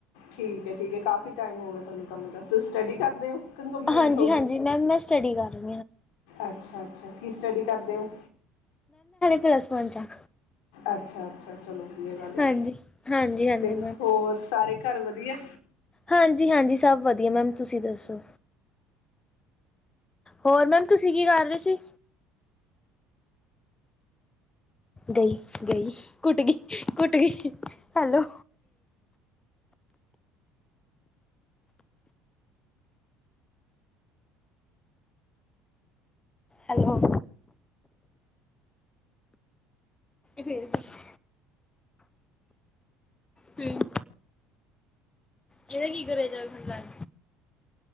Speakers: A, on the left (about 75°); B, on the left (about 20°).
A: ਠੀਕ ਹੈ। ਠੀਕ ਹੈ। ਕਾਫੀ ਟਾਈਮ ਹੋ ਗਿਆ, ਤੁਹਾਨੂੰ ਕੰਮ ਕਰਦੇ, ਤੁਸੀਂ ਸਟੱਡੀ ਕਰਦੇ ਹੋ? ਕੰਪਲੀਟ
B: ਹਾਂਜੀ-ਹਾਂਜੀ, ਮੈਮ ਮੈਂ ਸਟੱਡੀ ਕਰ <inaudible>
A: ਅੱਛਾ-ਅੱਛਾ, ਕੀ ਸਟੱਡੀ ਕਰਦੇ ਹੋ?
B: ਪੱਲਸ ਬਨ ਚ ਹਾਂ
A: ਅੱਛਾ-ਅੱਛਾ, ਚਲੋ ਵਧੀਆ ਗੱਲ ਹੈ
B: ਹਾਂਜੀ ਹਾਂਜੀ ਹਾਂਜੀ
A: ਤੇ ਹੋਰ ਸਾਰੇ ਘਰ ਵਧੀਆ?
B: ਹਾਂਜੀ-ਹਾਂਜੀ, ਸਭ ਵਧੀਆ ਮੈਮ ਤੁਸੀਂ ਦੱਸੋ ਹੋਰ ਮੈਮ ਤੁਸੀਂ ਕੀ ਕਰ ਰਹੇ ਸੀ ਗਈ, ਗਈ ਕੁੱਟ ਗਈ ਕੁੱਟ ਗਈ ਹੈਲੋ ਹੈਲੋ ਫਿਰ ਵੀ ਫੇਰ ਇਹਦਾ ਕੀ ਕਰਿਆ ਜਾਵੇ ਹੁਣ ਦੱਸ।